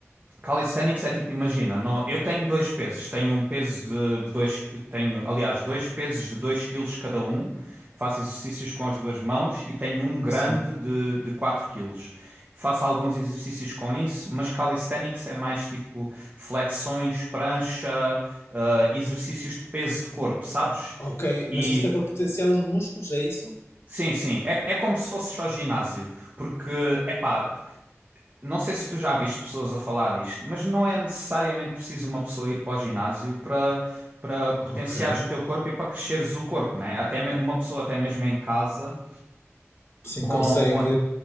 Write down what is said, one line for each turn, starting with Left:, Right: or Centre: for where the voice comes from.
Right: Calisthenics é tipo, imagina, no- eu tenho dois pesos, tenho um peso de, de dois, qui- tenho, aliás, dois pesos de 2 quilos cada um, que faço exercícios com as duas mãos e tenho um grande
Left: sim.
Right: de, de 4 quilos. Faço alguns exercícios com isso, mas calisthenics é mais tipo flexões, prancha, ah, exercícios de peso de corpo, sabes?
Left: Ok,
Right: E
Left: mas isso é para potenciar os músculos, é isso?
Right: sim, sim, é, é como se fosse só ginásio, porque, epá. Não sei se tu já viste pessoas a falar disto, mas não é necessariamente preciso uma pessoa ir para o ginásio para, para potenciares
Left: Ok.
Right: o teu corpo e para cresceres o corpo, né? Até me- uma pessoa até mesmo em casa
Left: Sim,
Right: com,
Left: consegue
Right: com...